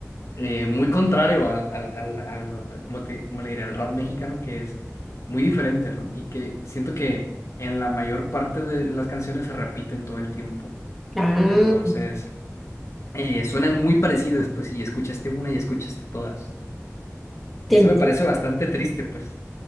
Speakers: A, on the left (about 65°); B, in the centre.
A: Eh, muy contrario al, al, al, al- ¿cómo te, cómo le diré? El rap mexicano que es muy diferente, ¿no? Y que siento que en la mayor parte de las canciones se repiten todo el tiempo.
B: Ah,
A: Entonces, eh, suenan muy parecidas, pues, y escuchaste una y escuchaste todas.
B: te
A: Y eso
B: entiendo,
A: me parece bastante triste, pues.